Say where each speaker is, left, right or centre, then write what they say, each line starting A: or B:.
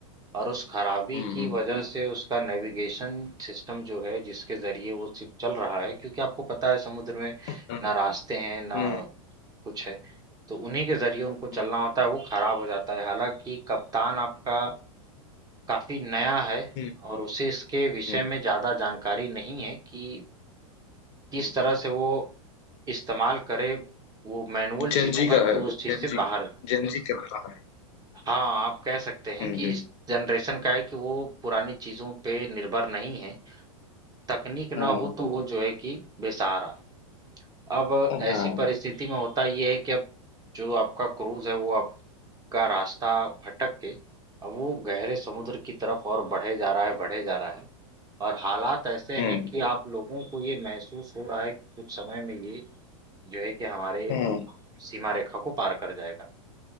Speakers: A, on the right; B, on the left.
A: और उस खराबी
B: हम्म
A: की वजह से उसका नेविगेशन सिस्टम जो है जिसके ज़रिए वो शिप चल रहा है क्योंकि आपको पता है समुद्र में
B: हम्म
A: ना रास्ते हैं ना
B: हम्म
A: कुछ है तो उन्हीं के ज़रिए उनको
B: हम्म,
A: चलना होता है वो खराब हो जाता है हालांकि कप्तान आपका काफ़ी नया है
B: हम्म
A: और उसे इसके विषय
B: हम्म
A: में ज़्यादा जानकारी नहीं है कि किस
B: हम्म।
A: तरह से वो इस्तेमाल करे वो मैनुअल
B: जेनजी
A: चीज़ों का
B: का
A: कि
B: है
A: वो उस चीज़
B: जेनजी
A: से बाहर
B: जेनजी का पता है
A: हाँ आप कह सकते हैं
B: हम्म
A: कि इस जनरेशन का है कि वो पुरानी चीजों पे निर्भर नहीं है तकनीक ना
B: हम्म
A: हो तो वो जो है कि बेसहारा अब
B: हाँ
A: ऐसी
B: हाँ
A: परिस्थिति में होता ये है कि अब जो आपका क्रूज है वो आपका रास्ता भटक के अब वो गहरे समुद्र की तरफ और बढ़े जा रहा है बढ़े जा रहा है और हालात ऐसे
B: हम्म
A: हैं कि आप लोगों को ये महसूस हो रहा है कि कुछ समय में ये जो है कि हमारे
B: हाँ
A: सीमा रेखा को पार कर जाएगा